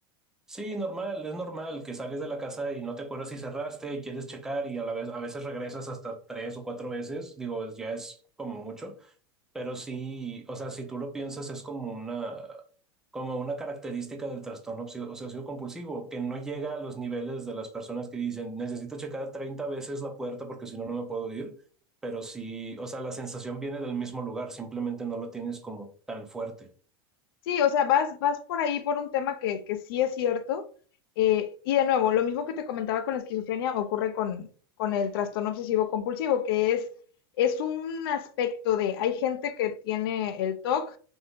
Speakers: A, in the centre; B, on the left.
A: Sí, normal, es normal que sales de la casa y no te acuerdas si cerraste y quieres checar y a la vez a veces regresas hasta tres o cuatro veces, digo, ya es como mucho Pero sí, o sea, si tú lo piensas, es como una, como una característica del trastorno obsesivo- obsesivo-compulsivo, que no llega a los niveles de las personas que dicen, necesito checar 30 veces la puerta porque si no, no me puedo ir. Pero sí, o sea, la sensación viene del mismo lugar, simplemente no lo tienes como tan fuerte.
B: Sí, o sea, vas, vas por ahí por un tema que, que sí es cierto. eh, y de nuevo, lo mismo que te comentaba con la esquizofrenia ocurre con, con el trastorno obsesivo compulsivo, que es, es un aspecto de, hay gente que tiene el TOC